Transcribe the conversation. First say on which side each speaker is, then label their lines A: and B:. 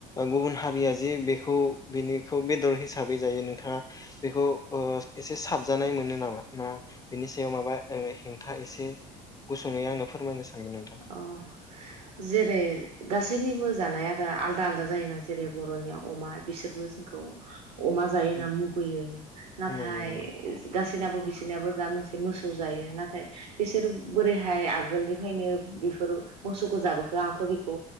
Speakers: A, on the left; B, on the right.
A: गुबुन हारिया जे बेखौ बिनिखौ बेदर हिसाबै जायो नोंथाङा बेखौ ओ एसे साबजानाय मोनो नामा ना बेनि सायाव माबा हेंथा एसे गुसुङै आंनो फोरमायनो सानगोन नोंथां।
B: औ जेरै गासैनिबो जानाय आदारा आलदा आलदा जायोना जेरै बर'निया अमा बिसोरबो जोंखौ अमा जायो होनना
A: उम,
B: मुगैयो नाथाय
A: नंगौ नंगौ
B: गासै सिनाबो बिसिनाबो जा मोनसे मोसौ जायो नाथाय बेसोर बोरैहाय आगोलनि फ्रायनो बिफोर मोसौखौ जाबोखो आंथ' बेखौ